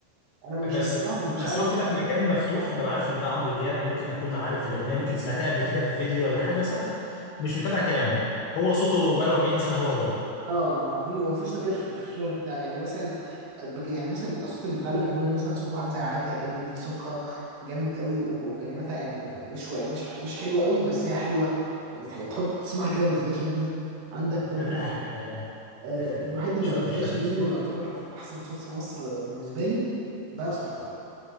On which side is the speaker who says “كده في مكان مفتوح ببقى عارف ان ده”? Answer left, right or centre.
Left